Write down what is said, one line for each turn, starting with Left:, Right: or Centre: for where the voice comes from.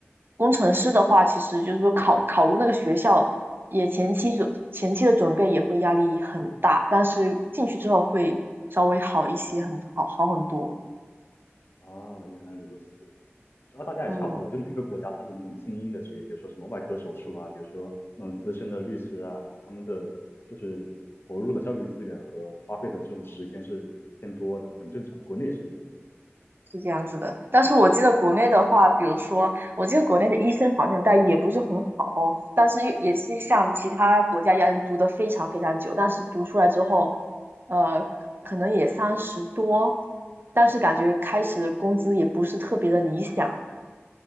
Right: 工程师的话，其实就是说考考入那个学校，也前期准前期的准备也会压力很大，但是进去之后会稍微好一些，很好好很多。
Left: 啊，原来如此。其实澳大利亚也差不多，
Right: 嗯，
Left: 就每个国家它的那种精英的职业，比如说什么外科手术啊，比如说那种资深的律师啊，他们的就是投入的教育资源和花费的这种时间是偏多的，很正常。国内也是一样的。
Right: 是这样子的。但是我记得国内的话，比如说，我记得国内的医生好像待遇也不是很好，但是也是像其他国家一样读的非常非常久，但是读出来之后，呃，可能也三十多，但是感觉开始的工资也不是特别的理想。